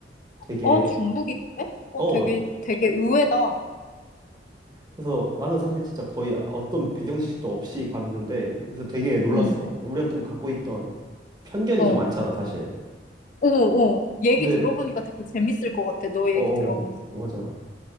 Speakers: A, on the right; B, on the left.
A: 되게,
B: 어, 중국인데? 어,
A: 어,
B: 되게, 되게 의외다.
A: 그래서 나는 사실 진짜 거의 어떤 배경 지식도 없이 갔는데, 그래서 되게 놀랐어.
B: 응.
A: 우리가 좀 갖고 있던 편견이
B: 어.
A: 좀 많잖아, 사실.
B: 어, 어. 얘기
A: 근데,
B: 들어보니까 되게 재밌을 것 같아. 너 얘기
A: 어,
B: 들어보니까.
A: 어, 맞아.